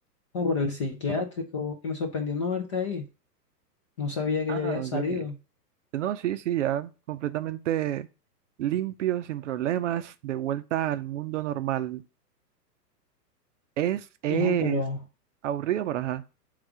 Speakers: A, on the left; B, on the right.
A: no, por el psiquiátrico y me sorprendió no verte ahí. No sabía que
B: Ah,
A: ya habías
B: ok.
A: salido.
B: No, sí, sí, ya completamente limpio, sin problemas, de vuelta al mundo normal. Es, es
A: No, pero,
B: aburrido, pero ajá,